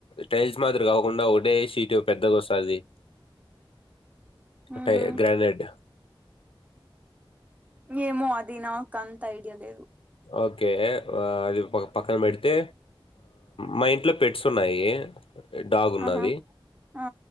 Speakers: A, on the left; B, on the right.
A: టైల్స్ మాది గాకుండా ఒకటే షీటు పెద్దగోస్తది అంటే
B: ఉహు
A: గ్రానేడ్
B: ఏమో అది నాకు అంత ఐడియా లేదు
A: ఓకే అది పక్కన పెడితే మా ఇంట్లో పెట్స్ ఉన్నాయి డాగ్ ఉన్నది
B: ఆహా ఆ